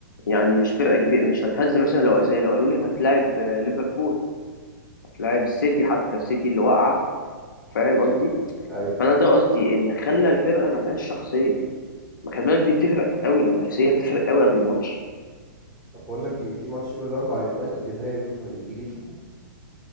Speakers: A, on the left; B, on the right.
A: يعني مش فرقه كبيره مش هتهز مثلا لو زي لو قالوا لي هتلاعب آه، ليفربول هتلاعب السيتي حتى السيتي اللي واقعه فاهم قصدي
B: <laughs> ايوه
A: فانا ده قصدي ان خلى الفرقه ملهاش شخصيه ما خلي بالك دي بتفرق قوي النفسيه بتفرق قوي قبل الماتش
B: طب بقول لك ايه في ماتش من الاربع اليونايتد نهائي اليوروبا ليج تيجي نشوفه